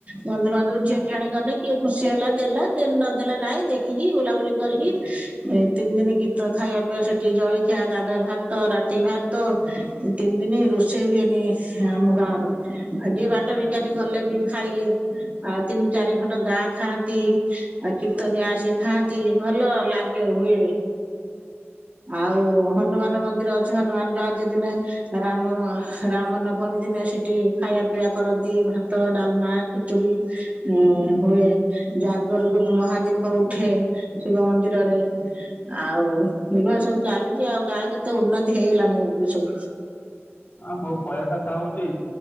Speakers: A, on the right; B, on the left.
A: ବନ୍ଧୁବାନ୍ଧବ ଝିଅ ଝିଆଣି ଗଲେ କିଏ ଖୁସି ହେଲା ଦେଲା। ଯିଏ ନଦେଲା ନାଇଁ ଦେଖିକି ବୁଲାବୁଲି କରିକି ଏ ତିନି ଦିନ କୀର୍ତ୍ତନ ଖାଇବା ପିଇବା ସେଠି। ଜଳଖିଆ, ଗାଧୁଆ ଭାତ, ରାତି ଭାତ, ଏଇ ତିନି ଦିନ ରୋଷେଇ ହୁଏନି ଆମ ଗାଁର। ଆ ଜିଏ ବାଟ ଭିକାରୀ ଗଲେ ବି ଖାଇଲେ। ଆଉ ତିନି ଚାରି ଖଣ୍ଡ ଗାଁ ଖାଆନ୍ତି। ଆ କୀର୍ତ୍ତନ ଆସି ଖାଆନ୍ତି। ଭଲ ଲା ଇଏ ହୁଏ। ଆଉ ହନୁମାନ ମନ୍ଦିର ଅଛି। ହନୁମାନ ଜୟନ୍ତୀ ଦିନ ରାମ ରାମ ନବମୀ ଦିନ ସେଠି ଖାଇବା ପିଇଆ କରନ୍ତ ଭାତ, ଡାଲମା, ଖିଚୁଡି, ଉଁ ହୁଏ। ଜାଗରକୁ ମହାଦୀପ ଉଠେ ଶିବ ମନ୍ଦିରରେ ଆଉ ବିବାହ ସବୁ ଚାଲିଚି। ଆଉ ଗାଁ କେତେ ଉନ୍ନତି ହେଇଗଲାଣି ଏବେ ସବୁ।
B: ଆଁ, ମୋ କହିବା କଥା ହଉଚି,